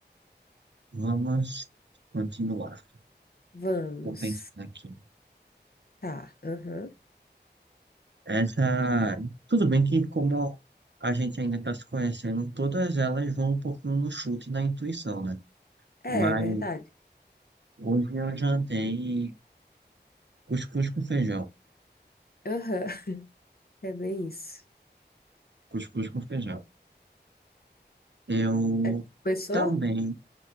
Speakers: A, on the right; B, on the left.
A: vamos continuar.
B: Vamos.
A: Estou pensando aqui.
B: Tá, aham.
A: Essa, tudo bem que como a gente ainda está se conhecendo, todas elas vão um pouquinho no chute e na intuição, né? Mas
B: É, é verdade.
A: hoje eu jantei cuscuz com feijão,
B: Aham, <laughs> é bem isso.
A: cuscuz com feijão. Eu
B: É, começou?
A: também,